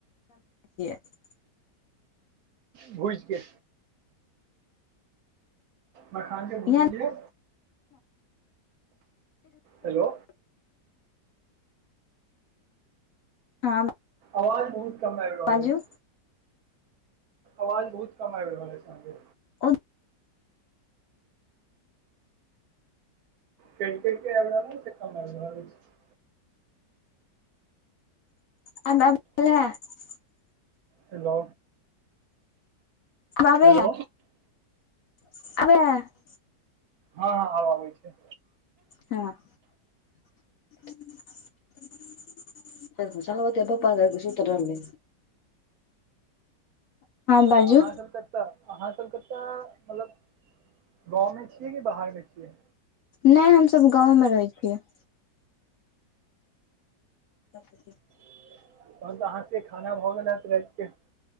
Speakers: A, on the left (about 65°); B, on the right (about 70°).
A: <unintelligible>
B: भुजके मखान के भूजलियै
A: इहे
B: हेलो
A: हँ
B: अवाज बहुत कम आयब रहल
A: बाजू
B: अइछ आवाज बहुत कम आबि रहल अछि आहाके
A: ओ
B: कैट कटके आब रहल ऐच से समझ नै अबै छै
A: <unintelligible>
B: हेलो
A: आबै
B: हेलो।
A: है <unintelligible>
B: हऽ हऽ आब आबै छै।
A: हऽ <inaudible> <unintelligible> बपा सुत रह लै। बाजू
B: तऽ अहाँ सब तऽ तऽ अहाँ सब कऽ तऽ मतलब। गाँव म छियै कि बाहर म छियै।
A: नै हम सब गाँव मे रहै छियै। <unintelligible>
B: तहन तऽ अहाँ से केँ खाना भऽ गेल हैत राइत केँ